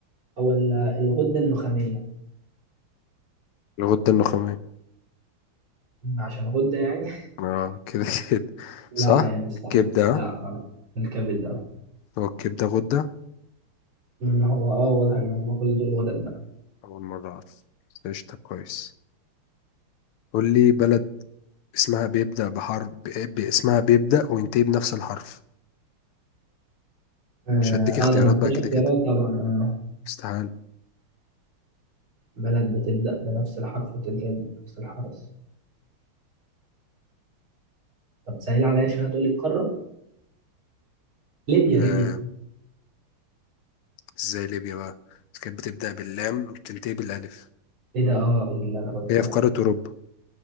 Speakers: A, on the right; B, on the left.
A: أو ال- الغدة النخامية
B: الغدة النخامية
A: أم عشان غدة يعني
B: اه كده كده
A: <laughs> لا
B: صح
A: يعني صح
B: كبدة ها
A: لا غلط الكبد ده
B: هو الكبدة غدة
A: أم هو اه واضح ان هم كل دول غدد بقى
B: أول مرة أعرف بس قشطة كويس قول لي بلد اسمها بيبدأ بحرف ب... ب- اسمها بيبدأ وينتهي بنفس الحرف
A: اه
B: مش هديك اختيارات
A: آه، ده ما
B: بقى
A: فيهاش
B: كده
A: اختيارات
B: كده
A: طبعا اه
B: استحالة
A: بلد بتبدأ بنفس الحرف وتنتهي بنفس الحرف طب سهل عليا شوية تقول لي القارة ليبيا
B: آه.
A: ليبيا
B: ازاي ليبيا بقى بس كانت بتبدأ باللام وبتنتهي بالألف
A: ايه ده اه اللي انا قلته
B: هي
A: ده
B: في قارة أوروبا